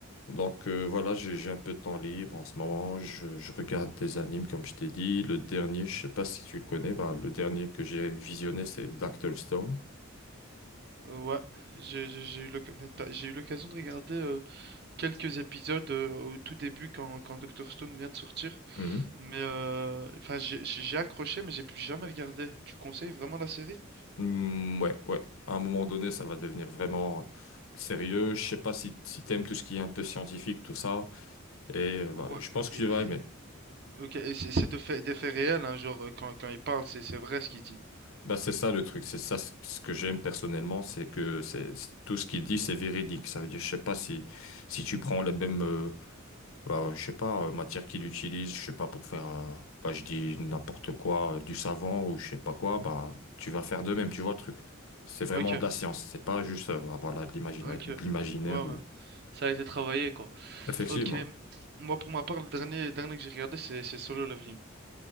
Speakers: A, on the left (about 80°); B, on the right (about 50°).
A: Donc euh, voilà, j'ai j'ai un peu de temps libre en ce moment. Je je regarde des animes comme je t'ai dit. Le dernier, je sais pas si tu le connais, bah le dernier que j'ai visionné, c'est Dr. Stone.
B: Euh, ouais, j'ai j'ai- j'ai eu l'oc- mais t'as- j'ai eu l'occasion de regarder euh, quelques épisodes euh, au tout début quand, quand Dr. Stone vient de sortir.
A: Mhm.
B: Mais euh, enfin, j'ai j'ai- j'ai accroché, mais j'ai plus jamais regardé. Tu conseilles vraiment la série?
A: Mm, ouais, ouais. À un moment donné, ça va devenir vraiment sérieux. Je sais pas si, si t'aimes tout ce qui est un peu scientifique, tout ça. Et euh,
B: Ouais.
A: bah, je pense que
B: et-
A: tu vas aimer.
B: et- ok, et c'est c'est de fait, des faits réels, hein, genre euh, quand, quand il parle, c'est c'est vrai ce qu'il dit.
A: Bah, c'est ça le truc. C'est ça ce ce que j'aime personnellement, c'est que c'est c'est- tout ce qu'il dit, c'est véridique. Ça veut dire, je sais pas si si tu prends la même, euh, bah, je sais pas, euh, matière qu'il utilise, je sais pas pour faire, euh, bah, je dis n'importe quoi, euh, du savon ou je sais pas quoi, bah, tu vas faire de même. Tu vois le truc. C'est vraiment
B: Ok,
A: de la science. C'est pas juste, euh, voilà, de l'imagina-
B: ok.
A: de l'imaginaire
B: Ouais, ouais.
A: ou.
B: Ça a été travaillé, quoi.
A: Effectivement.
B: Ok. Moi, pour ma part, le dernier, dernier que j'ai regardé, c'est c'est Solo Leveling.